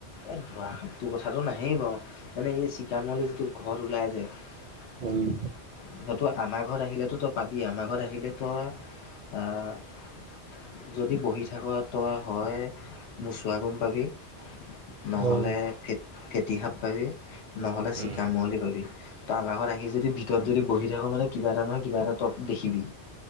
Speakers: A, on the left (about 80°); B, on the right (about 50°).
A: এ ধোঁৱা সাপটোৰ কথাটো নাহেই বাও মানে এই চিকামল যিটো ঘৰত ওলাই যে সেইটো
B: উম,
A: আমাৰ ঘৰত আহিলেতো তই পাবিয়ে আমাৰ ঘৰত আহিলে তই আহ যদি বহি থাক তই হয়ে মোচোৱা গম পাবি নহ'লে
B: অ'।
A: ফে ফেঁটিসাপ পাবি নহ'লে চিকামহলি
B: উম,
A: পাবি তই আমাৰ ঘৰত আহি যদি ভিতৰত যদি বহি থাকো মানে কিবা এটা নহয় কিবা এটা টপ দেখিবি।